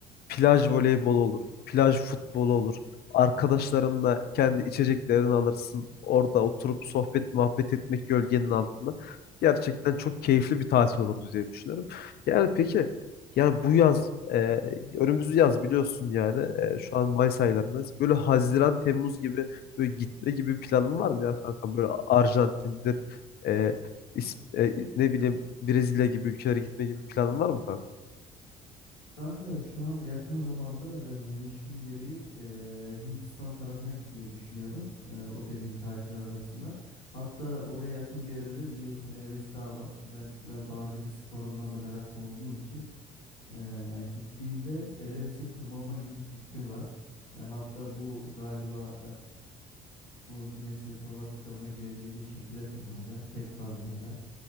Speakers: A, on the left (about 55°); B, on the left (about 90°).
A: Plaj voleybolu olur. Plaj futbolu olur. Arkadaşlarınla kendi içeceklerini alırsın. Orada oturup sohbet muhabbet etmek gölgenin altında. Gerçekten çok keyifli bir tatil olurdu diye düşünüyorum. Yani peki yani bu yaz e, önümüz yaz biliyorsun yani e, şu an Mayıs aylarındayız. Böyle Haziran Temmuz gibi böyle gitme gibi bir planın var mı ya kanka? Böyle Arjantin'dir e, İs- e, ne bileyim Brezilya gibi ülkelere gitme gibi bir planın var mı kanka?
B: Kanka şu an yakın zamanda e, işim gereği e, Hindistan tarafına gitmeyi düşünüyorum. E, o dediğin tarihler arasında. Hatta oraya yakın bir yerde de biliyorsun Everest Dağı var. Ben biraz dağcılık sporuna da meraklı olduğum için e, gittiğimde Everest'e tırmanma gibi bir fikrim var. E, hatta bu galiba bu Guinness Rekorlar kitabına girebilecek şekilde tırmanacağım tek kazmayla.